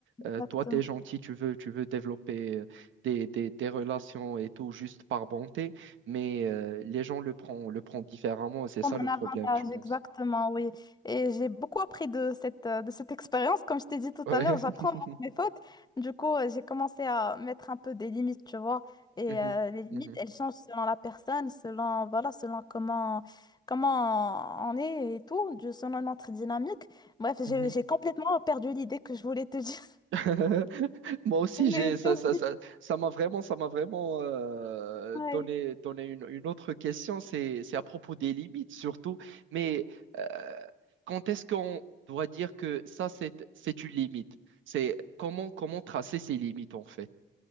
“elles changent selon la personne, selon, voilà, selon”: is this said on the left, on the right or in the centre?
Left